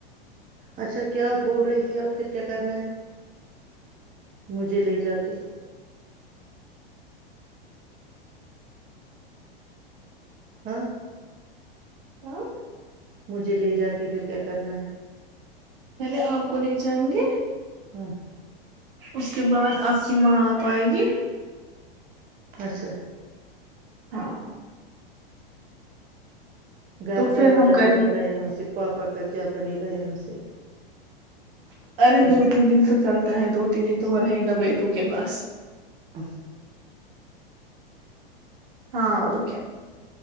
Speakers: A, on the right; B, on the right.
A: اچھا کیا بول رہی تھی اب پھر کیا کرنا ہے مجھے لے جا کے ہاں
B: ہوں
A: مجھے لے جا کے پھر کیا کرنا ہے
B: چلے آپ کو لے جائیں گے
A: ہوں
B: اس کے بعد آپ کی ماں آپ آئے گی
A: اچھا
B: ہاں
A: گھر
B: تو پھر
A: کا
B: ہم
A: کیا
B: کریں
A: بنے
B: گے
A: گا یہاں سے پاپا کا کیا بنے گا یہاں سے
B: ارے دو تین دن تو چلتا ہے دو تین دن تو وہ رہے گا بیٹو کے پاس
A: ا
B: ہاں اور کیا